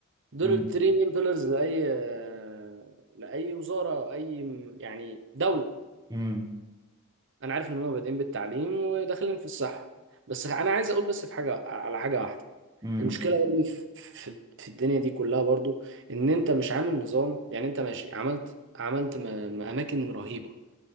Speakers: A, on the right; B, on the right.
A: دول
B: امم
A: التري مين بيلرز لاي آه، لاي وزاره او اي م- يعني دوله
B: امم
A: انا عارف ان هم بادئين بالتعليم وداخلين في الصحه بس انا عايز اقول بس في حاجه على حاجه واحده
B: امم
A: المشكلة يا ابني في في- في الدنيا دي كلها برضو ان انت مش عامل نظام يعني انت ماشي عملت عملت م- م- اماكن رهيبة